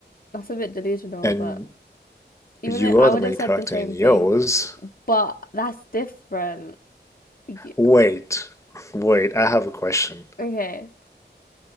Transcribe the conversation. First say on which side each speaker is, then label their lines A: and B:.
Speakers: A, on the left; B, on the left.
A: that's a bit delusional,
B: and
A: but even
B: you
A: though I
B: are the
A: would
B: main
A: have said
B: character
A: the same
B: in yours.
A: thing, but that's different. Yeah.
B: Wait, wait, I have a question.
A: Okay,